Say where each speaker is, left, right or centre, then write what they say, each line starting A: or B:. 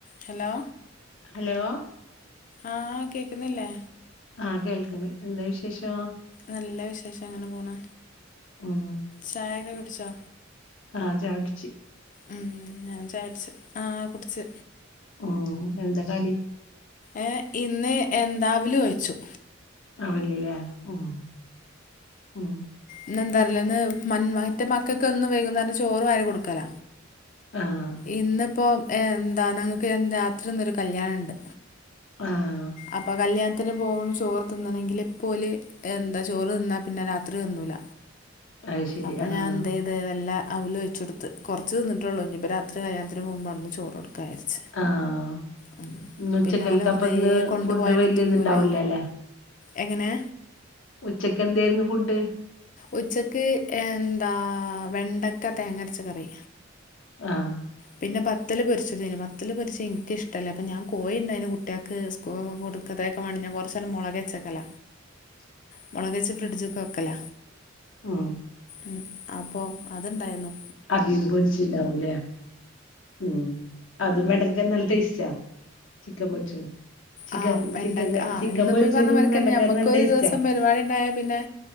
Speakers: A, on the left (about 40°); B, on the left (about 75°).
A: ഹലോ.
B: അലോ.
A: ആ കേക്കുന്നില്ലേ.
B: ആ കേൾക്കണ് എന്താ വിശേഷോ?
A: നല്ല വിശേഷ അങ്ങനെ പോണ്
B: ഉം
A: ചായൊക്കെ കുടിച്ചോ?
B: അതെ ചായടിച്ച
A: ആ ഞാൻ ചായട്ച്ച് ആ കുട്ച്ച്.
B: മ് എന്താ കടി?
A: ഏ ഇന്ന് എന്താ അവല്കൊഴച്ചു.
B: അവ്ൽല്ലേ ഹ് ആഹ്
A: ഇന്ന്ന്താറീലന്ന് മൻ മറ്റേ മക്കക്കെന്നും വൈകുന്നേരം ചോറ് വാരി കൊട്ക്കല.
B: ആ.
A: ഇന്ന്പ്പോ എന്താ ന്നങ്ങക്ക് രാത്രിന്നൊരു കല്യാണ ഇണ്ട്.
B: ആ.
A: അപ്പോകല്യാണത്തിന് പോവും ചോറ് തിന്നണങ്കി അപ്പോല്. എന്താ ചോറ് തിന്നാ പിന്നെ രാത്രിതിന്നൂല.
B: അത് ശരി
A: അപ്പൊ
B: ആഹ്
A: ഞാൻ എന്തെയ് ത് വെല്ല അവല് കൊഴ്ച്ചോട്ത്ത് കെർച്ച് തിന്ന്ട്ടൊള്ളൂ ഇനി ഇപ്പം രാത്രി കല്ല്യാണത്തിന് പോവുമ്പോ അവ്ട്ന്ന്ചോറോട്
B: ആഹ്
A: <unintelligible>
B: ഇന്ന്
A: പിന്നെ
B: ഉച്ചക്കൽക്ക്
A: ഓലെ വെർതെ
B: അപ്പ ഇന്ന്
A: കൊണ്ട്
B: ഫുഡ്
A: പോയാലും
B: വലിയ
A: തിന്നൂലേ.
B: ഇത്ണ്ടാവില്ല അല്ലേ
A: എങ്ങനെ?
B: ഉച്ചക്കെന്തെര്ന്നു ഫുഡ്?
A: ഉച്ചക്ക് എന്താ വെണ്ടക്ക തേങ്ങരച്ച കറി.
B: ആ.
A: പിന്നെ ബത്തല് പൊര്ച്ചതെന്നു ബത്തല്ല് പൊരിച്ച് ഇൻക്ക് ഇഷ്ടല്ല അപ്പൊ ഞാൻ കോഴിണ്ടായിനു കുട്ടിയാക്ക് സ് ഓ കൊടുക്കതെക്കാവേണ്ടി ഞാൻ കൊറച്ചേരം മോളഗേച്ചക്കല.
B: <inaudible>
A: മോളഗേച്ച് ഫ്രിഡ്ജ്ക്ക് വെക്കല.
B: ആഹ
A: ഉം അപ്പൊ അത്ണ്ടായിരുന്നു
B: അതിന്ന് പൊരിച്ചുണ്ടാക്കുലെ ഉം അതും വെണ്ടക്കൊക്കെ നല്ല ടെസ്റ്റാ ചിക്കൻ പൊരിച്ചതും ചിക്കൻ
A: ആഹ് വെണ്ടക്ക
B: ചിക്കൻ
A: ആഹ
B: ചിക്കൻ
A: ഇന്നിപ്പോ ഈ പറഞ്ഞ മരിക്കന്നെ
B: കണ്ടക്കാരും
A: നമ്മക്ക്
B: നല്ല
A: ഒരു
B: ടേസ്റ്റാ
A: ദിവസം പരിപാടി ഉണ്ടായ പിന്നെ